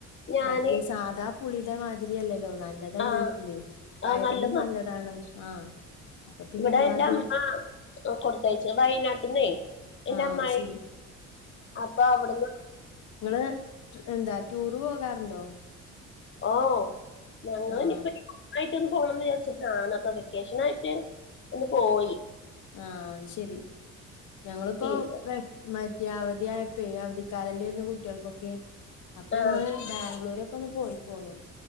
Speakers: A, on the left; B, on the left.
A: ഞാന്
B: മറ്റേ സാധാ പുളിടെ മാതിരിയലലോ നല് നല്ലതല്ലേ
A: ആഹ്
B: ഇപ്പുള്ളി വയറിനും
A: ആഹ് നല്ല
B: നല്ലതാണ് ആഹ് അപ്പൊ പിന്നെ
A: ഇവടെ
B: ഞങ്ങളത്
A: എന്റെ അമ്മ കൊടുത്തയച് വയ്നാട്ട് ന്നേയ് ന്റെ
B: ആഹ്
A: അമ്മായി
B: ശരി
A: അപ്പൊ അവ്ട്ന്ന്
B: ങ്ങള് ന്താ റ്റൂറ് പോകാറുണ്ടോ
A: ഓ ഞങ്ങൾഞ്ഞ്പ്പന്
B: ആഹ്
A: ആയിട്ടൊന്ന് പോണംന്ന് വിചാച്ചിട്ടാണ് അപ്പൊ വെക്കേഷൻ ആയിട്ട് ഒന്ന് പോയി
B: ആ അത് ശരി ഞങ്ങള്പ്പോ
A: പിന്നെ
B: വെ മറ്റേ ഇ അവധി ആയപെ അവധിക്കാലലേന്ന് കുട്ടിയാൾക്കൊക്കെ അപ്പൊ
A: ആഹ്
B: ഞങ്ങള് ബാംഗ്ലൂരൊക്കെ ഒന്ന് പോയി പോന്നു